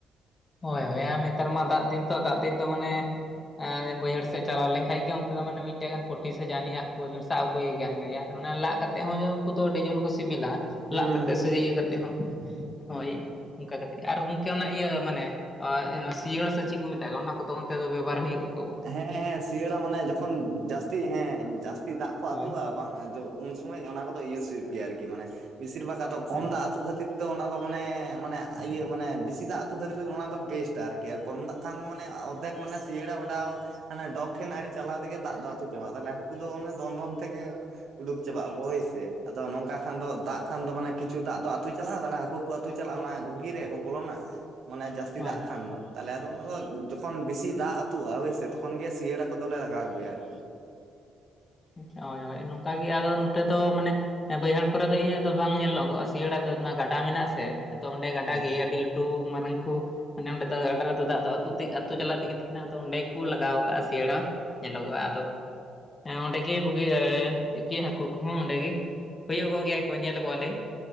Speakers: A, on the left (about 30°); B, on the right (about 65°).
A: ᱦᱳᱭ ᱦᱳᱭ ᱟᱨ ᱱᱮᱛᱟᱨ ᱢᱟ ᱫᱟᱜ ᱫᱤᱱ ᱛᱚ ᱫᱟᱜ ᱫᱤᱱ ᱛᱚ ᱢᱟᱱᱮ ᱮᱸᱻ ᱵᱟᱹᱭᱦᱟᱹᱲ ᱥᱮᱜ ᱪᱟᱞᱟᱣ ᱞᱮᱝᱠᱷᱟᱡ ᱜᱮ ᱚᱱᱛᱮ ᱫᱚ ᱢᱟᱱᱮ ᱢᱤᱫᱴᱮᱜ ᱜᱟᱱ ᱯᱩᱴᱤ ᱥᱮ ᱡᱟᱱᱤᱡ ᱦᱟᱠᱩ ᱚᱱᱮᱢ ᱥᱟᱵ ᱟᱹᱜᱩᱭᱮ ᱜᱮᱭᱟ <inaudible> ᱟᱨ ᱚᱱᱮ ᱞᱟᱜ ᱠᱟ ᱛᱮᱜ ᱦᱚᱸ ᱩᱝᱠᱩ ᱫᱚ ᱟᱹᱰᱤ ᱡᱳᱞ ᱠᱚ ᱥᱤᱵᱤᱞᱟ
B: ᱦᱩᱸ
A: ᱞᱟᱜ ᱠᱟᱛᱮ
B: ᱦᱩᱸ
A: ᱥᱮ ᱤᱭᱟᱹ ᱠᱟᱛᱮᱜ ᱦᱚᱸ ᱦᱳᱭ ᱾ ᱚᱱᱠᱟ ᱠᱟᱛᱮᱫ ᱟᱨ ᱜᱚᱝᱠᱮ ᱚᱱᱟ ᱤᱭᱟᱹ ᱢᱟᱱᱮ ᱚᱱᱟ ᱥᱤᱭᱟᱹᱲᱟ ᱥᱮ ᱪᱮᱫ ᱠᱚ ᱢᱮᱛᱟᱜᱼᱟ ᱚᱱᱟ ᱠᱚᱫᱚ ᱚᱱᱛᱮ ᱫᱚ ᱵᱮᱵᱚᱦᱟᱨ ᱦᱩᱭᱩᱜ ᱠᱟᱱᱟ?
B: ᱦᱮᱸ ᱦᱮᱸ ᱥᱤᱭᱟᱹᱲᱟ ᱢᱟᱱᱮ ᱡᱚᱠᱷᱚᱱ ᱡᱟᱹᱥᱛᱤ ᱦᱮᱸ ᱡᱟᱹᱥᱛᱤ ᱫᱟᱜ ᱠᱚ
A: ᱦᱳᱭ
B: ᱟᱹᱛᱩᱜᱼᱟ ᱩᱱ ᱥᱚᱢᱚᱭ ᱚᱱᱟ ᱠᱚᱫᱚ ᱤᱭᱩᱥ ᱦᱩᱭᱩᱜ ᱜᱮᱭᱟ ᱟᱨᱠᱤ ᱢᱟᱱᱮ ᱵᱤᱥᱤᱨ ᱵᱷᱟᱜᱽ ᱟᱫᱚ ᱠᱚᱢ
A: ᱦᱮᱸ
B: ᱫᱟᱜ ᱟᱹᱛᱩ ᱠᱷᱟᱹ ᱛᱤᱨ ᱫᱚ ᱚᱱᱟ ᱫᱚ ᱢᱟᱱᱮ ᱢᱟᱱᱮ ᱤᱭᱟᱹ ᱢᱟᱱᱮ ᱵᱮᱥᱤ ᱫᱟᱜ ᱟᱹᱛᱩ ᱠᱷᱟᱹᱛᱤᱨ ᱚᱱᱟ ᱫᱚ ᱵᱮᱥᱴ ᱟᱨᱠᱤ ᱠᱮᱭᱟ ᱠᱚᱢ ᱫᱟᱜ ᱠᱷᱟᱱ ᱫᱚ ᱢᱟᱱᱮ ᱚᱫᱷᱮᱠ ᱢᱟᱱᱮ ᱥᱤᱭᱟᱹᱲᱟ ᱚᱰᱟᱣ ᱟᱱᱮ ᱰᱚᱜᱽ ᱴᱷᱮᱱ ᱟᱣᱨᱤ ᱪᱟᱞᱟᱣ ᱛᱮᱜᱮ ᱫᱟᱜ ᱫᱟᱜᱛᱩ ᱪᱟᱵᱟᱜᱼᱟ ᱛᱟᱦᱚᱞᱮ ᱦᱟᱹᱠᱩ ᱫᱚ ᱚᱱᱮ ᱫᱚᱱ ᱫᱚᱱ ᱛᱮᱜᱮ ᱩᱰᱩᱠ ᱪᱟᱵᱟ ᱟᱠᱚ ᱦᱳᱭ ᱥᱮ ᱾ ᱟᱫᱚ ᱱᱚᱝᱠᱟ ᱠᱷᱟᱱ ᱫᱚ ᱫᱟᱜ ᱠᱷᱟᱱ ᱫᱚ ᱢᱟᱱᱮ ᱠᱤᱪᱷᱩ ᱫᱟᱜ ᱫᱚ ᱟᱹᱛᱩ ᱪᱟᱞᱟᱜᱼᱟ ᱛᱟᱦᱚᱞᱮ ᱦᱟᱹᱠᱩ ᱠᱚ ᱟᱹᱛᱩ ᱪᱟᱞᱟᱜᱼᱟ ᱚᱱᱟ ᱜᱷᱩᱜᱤ ᱨᱮ ᱠᱚ ᱵᱚᱞᱚᱱᱟ ᱾ ᱢᱟᱱᱮ ᱡᱟᱹᱥᱛᱤ
A: ᱦᱳᱭ
B: ᱫᱟᱜ ᱠᱷᱟᱱ ᱫᱚ ᱛᱟᱦᱚᱞᱮ ᱟᱫᱚ ᱚᱱᱟ ᱫᱚ ᱡᱚᱠᱷᱚᱱ ᱵᱮᱥᱤ ᱫᱟᱜ ᱟᱹᱛᱩᱜ-ᱟ ᱦᱳᱭ ᱥᱮ ᱛᱚᱠᱷᱚᱱ ᱜᱮ ᱥᱤᱭᱟᱹᱲᱟ ᱠᱚᱫᱞᱮ ᱞᱟᱜᱟᱣ ᱜᱮᱭᱟ ᱟᱨᱠᱤ ᱾
A: ᱟᱪᱪᱷᱟ ᱦᱳᱭ ᱦᱳᱭ ᱱᱚᱝᱠᱟᱜ ᱜᱮ ᱟᱫᱚ ᱱᱚᱛᱮ ᱫᱚ ᱢᱟᱱᱮ ᱵᱟᱹᱭᱦᱟᱹᱲ ᱠᱚᱨᱮ ᱫᱚ ᱤᱧᱟᱹᱜ ᱫᱚ ᱵᱟᱝ ᱧᱮᱞ ᱧᱚᱜᱚᱜᱼᱟ ᱥᱤᱭᱟᱹᱟᱹᱲᱟᱜ ᱫᱚ ᱜᱟᱰᱟ ᱢᱮᱱᱟᱜᱼᱟ ᱥᱮ ᱟᱫᱚ ᱚᱸᱰᱮ ᱜᱟᱰᱟ
B: ᱦᱩᱸ
A: ᱜᱮ ᱟᱹᱰᱤ ᱞᱟᱹᱴᱩ ᱢᱩ ᱢᱟᱨᱟᱝ ᱠᱩ ᱢᱟᱱᱮ ᱚᱸᱰᱮ ᱫᱚ ᱜᱟᱰᱟ ᱨᱮᱫᱚ ᱫᱟᱜ ᱫᱚ ᱟᱹᱛᱩᱛ ᱪᱟᱞᱟᱜ ᱛᱮᱜᱮ ᱛᱟᱦᱮᱱᱟ ᱚᱸᱰᱮ ᱠᱩ ᱞᱟᱜᱟᱣ ᱟᱠᱟᱜᱼᱟ ᱥᱮᱭᱟᱹᱲᱟ ᱾ ᱧᱮᱞᱚᱜᱚᱜᱼᱟ ᱟᱫᱚ ᱦᱮᱸ ᱚᱸᱰᱮᱜᱤ ᱵᱩᱜᱤᱼᱟ <unintelligible> ᱦᱟᱹᱠᱩ ᱠᱚᱦᱚᱸ ᱚᱸᱰᱮᱜᱤ᱾ ᱦᱩᱭᱳᱜᱚᱜ ᱜᱮᱭᱟᱠᱚ ᱧᱮᱞ ᱠᱚᱣᱟᱞᱮ᱾